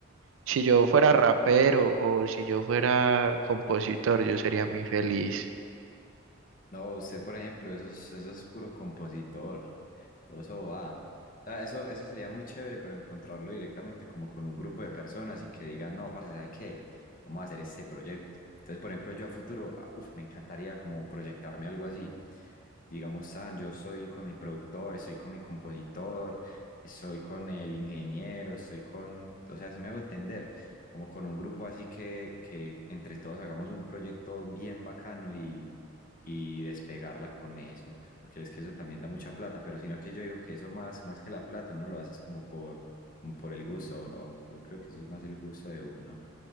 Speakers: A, on the right; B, on the left.
A: Si yo fuera rapero o si yo fuera compositor, yo sería muy feliz.
B: No, usted, por ejemplo, eso es, eso es puro compositor. Todo eso va. O sea, eso, eso sería muy chévere, pero encontrarlo directamente como con un grupo de personas y que digan, no, parce, ¿sabe qué? Vamos a hacer este proyecto. Entonces, por ejemplo, yo a futuro, ah, uf, me encantaría como proyectarme algo así. Digamos, San, yo soy con mi productor, estoy con mi compositor, estoy con el ingeniero, estoy con, o sea, así me hago entender, como con un grupo así que, que entre todos hagamos un proyecto bien bacano y y despegarla con eso, porque es que eso también da mucha plata, pero sino que yo digo que eso más, más que la plata, uno lo hace es como por, como por el gusto, o- yo creo que eso es más el gusto de uno.